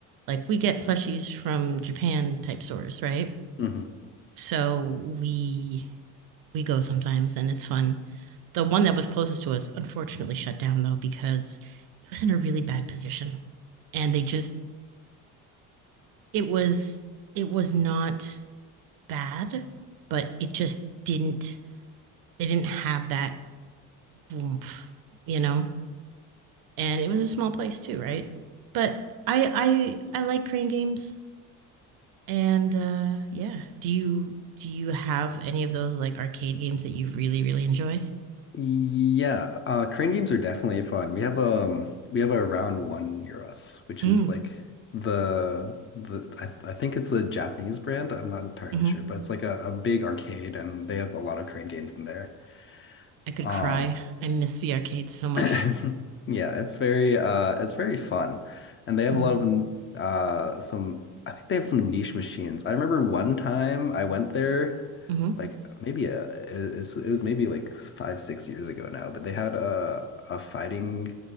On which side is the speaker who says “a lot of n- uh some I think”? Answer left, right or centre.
Left